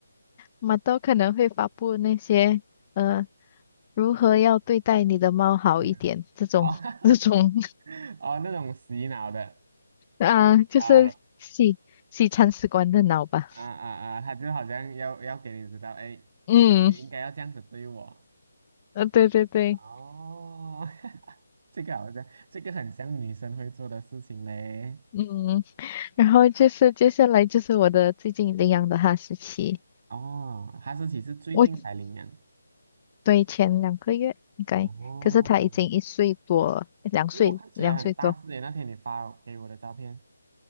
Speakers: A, on the left (about 20°); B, on the right (about 40°).
A: 马豆可能会发布那些。呃如何要对待你的猫好一点？
B: <laughs> 嗯，
A: 这种
B: 哦，
A: <laughs> 这种
B: <laughs> 哦，那种洗脑的
A: 啊，就是西西餐史官的脑吧。
B: 啊啊啊啊，他就好像要要给你知道，哎，
A: 嗯，
B: 你应该要这样子对我，
A: 呃，对对对，
B: 哦，这个好像，这个很像女生会做的事情嘞。
A: 嗯，然后就是接下来就是我的最近领养的哈士奇，
B: 哦，哈士奇是最近才领养。
A: 我对前两个月应该，
B: 哦，
A: 可是它已经一岁多了两岁两岁多。
B: 因为我看起来很大只耶，那天你发给我的照片。